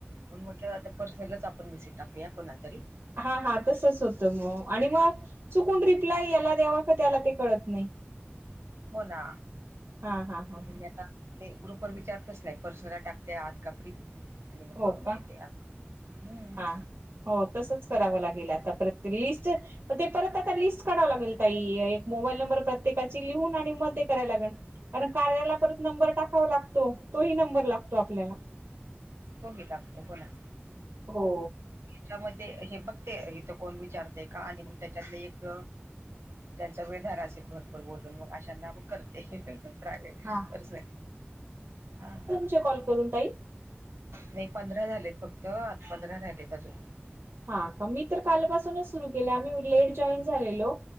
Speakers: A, on the right (about 85°); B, on the right (about 65°).
A: मग म्हटलं आता पर्सनलच आपण मेसेज टाकूया कोणा तरी.
B: हा हा तसच होतं मग आणि मग चुकून रिप्लाय याला द्यावा का त्याला ते कळत नाही.
A: हो ना
B: हा हा हा
A: म्हणून
B: ह
A: मी आता ते ग्रुप वर विचारतच नाही पर्सनला टाकते आत कापरी आणि मग
B: हो
A: करून
B: का
A: घेते असं हम्म.
B: हा हो तसंच करावं लागेल आता प्रत लिस्ट मग ते परत आता लिस्ट काढवं लागेल ताई एक मोबाईल नंबर प्रत्येकाची लिहून आणि मग ते कराय लागेल. कारण कार्याला परत नंबर टाकावा लागतो तोही नंबर लागतो आपल्याला.
A: तो ही लागतो हो ना.
B: हो.
A: हेच्यामध्ये हे बघते इथं कोण विचारते का आणि मग त्याच्यातले एक ज्यांचा वेळ झाला असेल भरपूर बोलून मग अशांना मग करते प्रायव्हेट,
B: हा
A: पर्सनली आ हा.
B: चे कॉल करून ताई.
A: नाही पंधरा झालेत फक्त आता पंधरा राहिलेत अजून.
B: हा का मी तर कालपासूनच सुरू केले आम्ही लेट जॉईन झालेलो